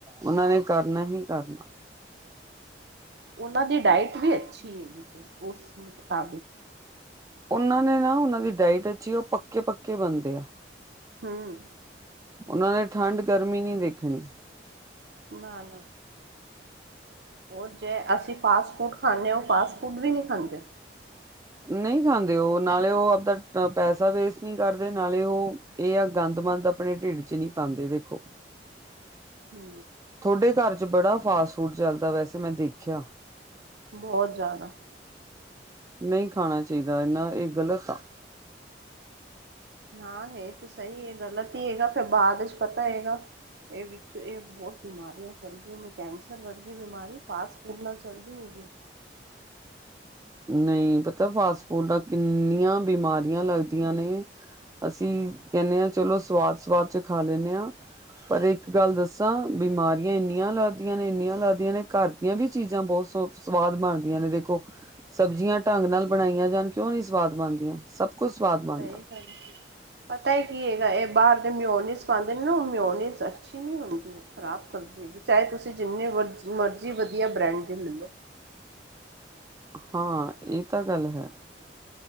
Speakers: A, on the right; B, on the right.
A: ਓਨਾਂ ਨੇ ਕਰਨਾ ਹੀ ਕਰਨਾ,
B: ਉਨਾਂ ਦੀ ਡਾਇਟ ਵੀ ਅੱਛੀ, ਹਾ
A: ਉਨਾਂ ਨੇ ਨਾ ਓਹਨਾਂ ਦੀ ਡਾਇਟ ਅੱਛੀ ਆ ਓ ਪੱਕੇ -ਪੱਕੇ ਬੰਦੇ ਆ,
B: ਹਮ
A: ਓਨਾਂ ਨੇ ਠੰਡ ਗਰਮੀ ਨਈ ਦੇਖਣੀ,
B: ਨਾ -ਨਾ ਓ ਤੇ ਅਸੀਂ ਫਾਸਟ-ਫੂਡ ਖਾਂਦੇ ਆਂ, ਓ ਫਾਸਟ- ਫੂਡ ਵੀ ਨਈ ਖਾਂਦੇ,
A: ਨਈ ਖਾਂਦੇ ਓ, ਨਾਲੇ ਓ, ਆਪਦਾ ਪੈਸਾ ਵੇਸਟ ਨਹੀਂ ਕਰਦੇ, ਨਾਲੇ ਓ, ਏ ਆ ਗੰਦ -ਮੰੰਦ ਆਪਣੇ ਢੇੱਡ 'ਚ ਨੀ ਪਾਂਦੇ ਦੇਖੋ।
B: ਹੂੰ
A: ਥੋਡੇ ਘਰ 'ਚ ਬੜਾ ਫਾਸਟ -ਫੂਡ ਚੱਲਦਾ ਵੈਸੇ ਮੈਂ ਦੇਖੇਆ,
B: ਬੋਤ ਜਾਦਾ,
A: ਨਈ ਖਾਣਾ ਚਾਇਦਾ ਏਨਾ ਏ ਗ਼ਲਤ ਆ।
B: ਹਾਂ ਹੈ ਤੇ ਸ‌ਈ ਏ, ਗ਼ਲਤ ਈ ਹੈਗਾ, ਫੇਰ ਬਾਦ 'ਚ ਪਤਾ ਹੈਗਾ, ਏ ਵਿੱਚ ਏ ਬੋਤ ਬਿਮਾਰੀਆਂ ਚੱਲਦੀਆਂ ਨੇ, ਕੈਂਸਰ ਵਰਗੀ ਬਿਮਾਰੀ ਫਾਸਟ -ਫੂਡ ਨਾਲ ਚੱਲਦੀ ਹੈਗੀ ਏ,
A: ਨਈ ਪਤਾ ਫਾਸਟ -ਫੂਡ ਨਾਲ ਕਿੰਨੀਆਂ ਬਿਮਾਰੀਆਂ ਲੱਗਦੀਆਂ ਨੇ। ਅਸੀਂ ਕੇਣੇ ਆਂ ਚਲੋ ਸਵਾਦ -ਸਵਾਦ 'ਚ ਖਾ ਲੈਂਣੈ ਆਂ। ਪਰ ਇੱਕ ਗੱਲ ਦੱਸਾਂ, ਬਿਮਾਰੀਆਂ ਏਨੀਆਂ ਲੱਗਦੀਆਂ ਨੇ, ਏਨੀਆਂ ਲੱਗਦੀਆਂ ਨੇ, ਘਰ ਏ ਵੀ ਚੀਜ਼ਾਂ ਬੋਤ ਸ ਸਵਾਦ ਬਣਦੀਆਂ ਨੇ ਦੇਖੋ, ਸਬਜ਼ੀਆਂ ਢੰਗ ਨਾਲ ਬਣਾਈਆਂ ਜਾਣ, ਕਿਓ ਨੀ ਸਵਾਦ ਬਣਦੀਆਂ। ਸਭ ਕੁਛ ਸਵਾਦ ਬਣਦਾ।
B: ਸਹੀ ਗੱਲ ਪਤਾ ਏ ਕੀ ਹੈਗਾ, ਏ ਬਾਰ ਦੇ ਮਿਓਨੀਸ ਪਾਂਦੇ ਨੇ ਨਾ, ਓ ਮਿਓਨੀਸਅੱਛੀ ਨੀ ਹੁੰਦੀ, ਖ਼ਰਾਬ ਕਰਦੀ ਹੈਗੀ, ਚਾਏ ਤੁਸੀਂ ਜਿੰਨੀ ਮਰਜ਼ੀ ਵਧੀਆ ਬ੍ਰੈਂਡ ਦੀ ਲੈਲੋ,
A: ਹਾਂ ਏ ਤਾਂ ਗੱਲ ਹੈ।